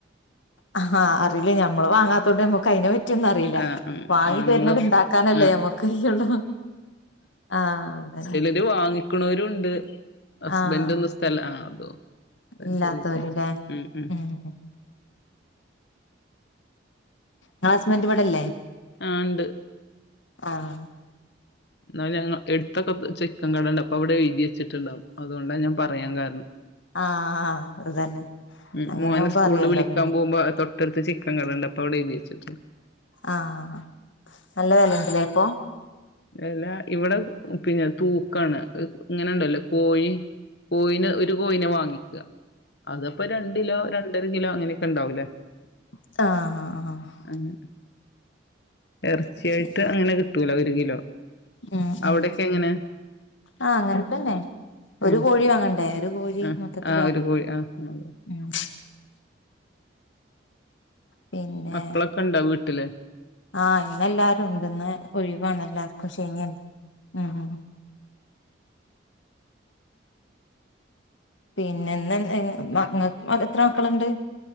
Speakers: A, on the left; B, on the left.
A: ആഹാ അറില്ല ഞമ്മള് വാങ്ങാത്തോണ്ട് നമക്ക് അയിനെ പ റ്റിയൊന്നും അറീല്ല
B: ആഹ് ആഹ്
A: വാങ്ങി
B: ആണുങ്ങള്
A: തര്ണത് ഇണ്ടാക്കാനല്ലേ
B: ആഹ്
A: നമ്മക്കയ്യൊള്ളൂ. ആഹ് അതഞ്ഞെ
B: ചെലോര് വാങ്ങിക്ക്ണോരുണ്ട് ഹസ്ബൻ്റൊന്നും
A: ആഹ്
B: സ്ഥല ആഹ്‌ അതും ഞാൻ
A: ഇല്ലാത്തവര്ല്ലേ
B: ചോയ്ച്ചതാ ഹ്മ്മ് ഹ്മ്മ്
A: ഉം ഇങ്ങളെ ഇങ്ങളെ ഹസ്ബന്റ് ഇവടെല്ലേ
B: ആഹ്‌ ഇണ്ട്.
A: ആഹ്
B: ഇന്നാലും ഞങ്ങ എടുത്തൊക്കെ ചിക്കൻ കടണ്ട് അപ്പൊ അവ്ടെ എഴ്തി വെച്ചിട്ട്ണ്ടാവും അതോണ്ടാ ഞാൻ പറയാൻ കാരണം
A: ആഹ് അതന്നെ
B: മഹ്മ്മ്
A: അങ്ങനെ
B: മോനെ
A: ആവുമ്പോ
B: സ്കൂളില്
A: അറിയല്ലോ
B: വിളിക്കാ
A: പിന്നെ
B: പോവുമ്പാ തൊ ട്ട്ട്ത്ത് ചിക്ക കടണ്ട് അപ്പൊ അവടെ എഴുതി വെച്ചിട്ടുണ്ട്
A: ആഹ് നല്ല വെലേക്കുലെ ഇപ്പോ?
B: എല്ല ഇവടെ പിന്നെ തൂക്കാണ് ഇഹ് ഇങ്ങനെണ്ടല്ലേ കോഴി കോഴിനെ ഒരു കോഴിനെ വാങ്ങിക്ക അതപ്പോ രണ്ടിലോ രണ്ടര കിലോ അങ്ങനൊക്കെ ഇണ്ടാവൂലേ
A: ആഹ്‌ ആഹ്.
B: അങ്ങനെ എർച്ചി ആയിട്ട്
A: ശരി
B: അങ്ങനെ കിട്ടൂല ഒരു കിലോ.
A: ഉം
B: അവിടെക്കെ
A: ഉം
B: എങ്ങനെ
A: ആഹ് അങ്ങൻത്തെന്നെ ഒരു
B: ഉം
A: കോഴി വാങ്ങണ്ടേ? ഒര് കോഴി
B: ആഹ്
A: മൊത്തത്തില്
B: ആഹ്
A: വങ്ങണ്ടേ
B: ഒരു കോഴി ആഹ് അതെ
A: ഉം പിന്നെ
B: മക്കളൊക്കെ ഇണ്ടോ വീട്ടില്?
A: ആഹ് ഇന്ന് എല്ലാരും ഇണ്ട് ഇന്ന് ഒഴിവാണ് എല്ലാർക്കും ശനിയല്ലെ ഉം ഉം. പിന്നെ ഇന്ന് ഇങ് മ ഇങ്ങക്ക് എത്ര മക്കള്ണ്ട്?